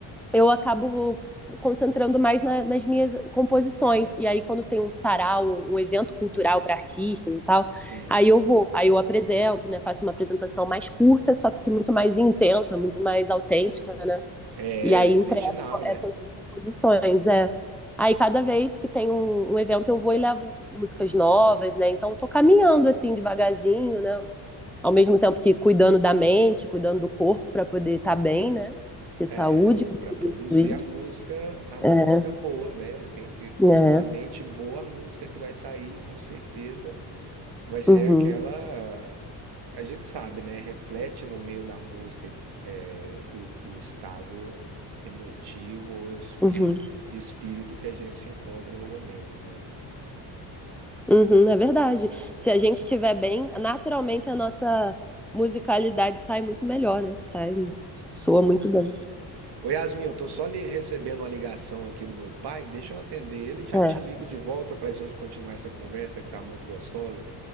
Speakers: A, in the centre; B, on the right.
A: eu acabo concentrando mais na, nas minhas composições. E aí, quando tem um sarau, um um evento cultural para artistas e tal,
B: sim,
A: aí eu vou, aí eu apresento, né? Faço uma apresentação mais curta, só que muito mais intensa, muito mais autêntica, né?
B: é,
A: E aí
B: é original,
A: entrego essas
B: né?
A: composições. É. Aí, cada vez que tem um, um evento, eu vou e levo músicas novas, né? Então, tô caminhando assim, devagarzinho, né? ao mesmo tempo que cuidando da mente, cuidando do corpo para poder estar bem, né? Ter
B: É,
A: saúde para
B: e para
A: fazer
B: produzir
A: tudo isso.
B: a música, a
A: É,
B: música boa, né? Tem que contar
A: é.
B: com a mente boa, a música que vai sair, com certeza Vai ser
A: Uhum,
B: aquela. A gente sabe, né? Reflete no meio da música é, o, o estado emotivo ou de, espí-
A: uhum,
B: de espírito que a gente se encontra no momento, né?
A: uhum, é verdade. Se a gente estiver bem, naturalmente a nossa musicalidade sai muito melhor, né? Sai, soa muito bem.
B: Ô Yasmin, eu tô só li- recebendo uma ligação aqui do meu pai, deixa eu atender ele e já
A: É.
B: te ligo de volta pra gente continuar essa conversa que tá muito gostosa,